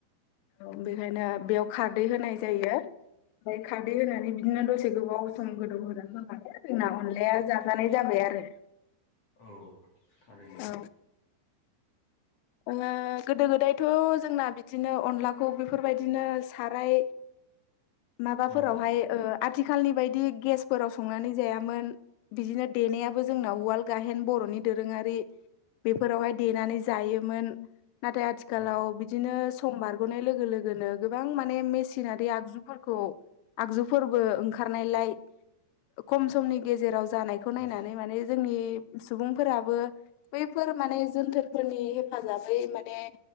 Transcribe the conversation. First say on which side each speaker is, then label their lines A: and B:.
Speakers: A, on the left; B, on the left.
A: औ बेखायनो बेयाव खारदै होनाय जायो। ओमफाय खारदै होनानै बिदिनो दसे गोबाव सम गोदौ होना दोननानै जोंना अनलाया जाजानाय जाबाय आरो।
B: औ थारैनो।
A: औ ओ गोदो गोदायथ' जोंना बिदिनो अनलाखौ बेफोरबायदिनो साराय माबाफोरावहाय
B: नंगौ
A: ओ आथिखालनि बायदि गेसफोराव संनानै जायामोन बिदिनो देनायाबो जोंनाव उवाल गाहेन बर'नि दोरोङारि बेफोरावहाय देनानै जायो मोन। नाथाय आथिखालाव
B: औ
A: बिदिनो सम बारग'नाय लोगो लोगोनो गोबां माने मेसिनारि आगजुफोरखौ खौ आगजुफोरबो ओंखारनायलाय खम समनि गेजेराव जानायखौ
B: नंगौ
A: नायनानै माने जोंनि सुबुंफोराबो बैफोर फोर माने जोनथोरफोरनि हेफाजाबै माने